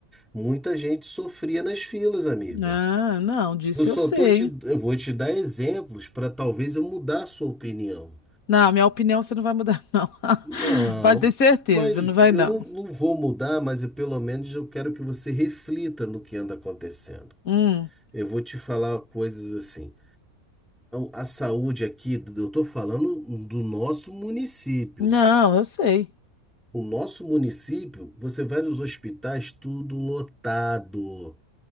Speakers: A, in the centre; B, on the left.
A: muita gente sofria nas filas, amiga.
B: Ah, não, disso
A: Eu só
B: eu sei.
A: tô te, eu vou te dar exemplos para talvez eu mudar a sua opinião.
B: Não, minha opinião você não vai mudar, não. <laughs>
A: Não,
B: Pode ter certeza,
A: mas
B: não vai
A: eu
B: não.
A: não, não vou mudar, mas eu, pelo menos eu quero que você reflita no que anda acontecendo.
B: Hum.
A: Eu vou te falar coisas assim. A, a saúde aqui, eu estou falando do nosso município.
B: Não, eu sei.
A: O nosso município, você vai nos hospitais, tudo lotado.